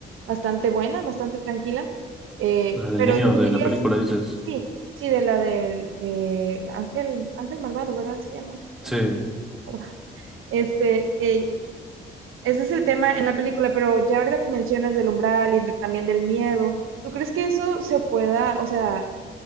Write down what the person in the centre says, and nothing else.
La del
niño
de
la película, dices.
Sí.